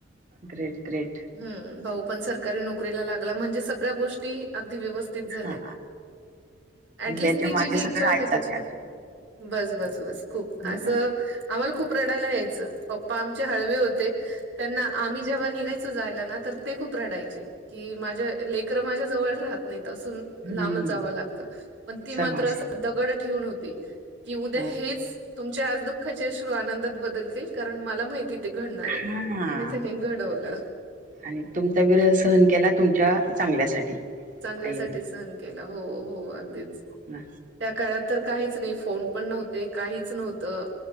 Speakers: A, on the right; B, on the right.
A: Great, great.
B: हम्म, भाऊ पण सरकारी नोकरीला लागला म्हणजे सगळ्या गोष्टी अगदी व्यवस्थित झाल्या.
A: हां.
B: ऍटलिस्ट
A: ह्याच्या
B: तिची
A: मागे
B: जी
A: सगळं
B: इच्छा होती,
A: आईचाच
B: त्याच्यामध्ये
A: काका
B: बस-बस-बस खूप
A: हां.
B: असं आम्हाला खूप रडायला यायचं, पप्पा आमचे हळवे होते. त्यांना आम्ही जेव्हा निघायचं जायलं ना, तर ते खूप रडायचे. कि माझ्या लेकरं माझ्या जवळ राहत नाहीत असून.
A: हं.
B: लांब जावं लागत, पण ती मात्र
A: सहवास.
B: अस दगड ठेवून होती. की उद्या
A: हो.
B: हेच तुमच्या आज दुःखाचे अश्रू आनंदात बदलतील. कारण मला माहित कि ते घडणार आहेत
A: हां.
B: आणि तिने घडवलं.
A: आणि तुमचा विरह सहन केला तुमच्या चांगल्यासाठी.
B: चांगल्यासाठी
A: आईने
B: सहन केलं, हो-हो अगदीच.
A: ना.
B: त्या काळात तर काहीच नाही, फोन पण नव्हते काहीच नव्हतं.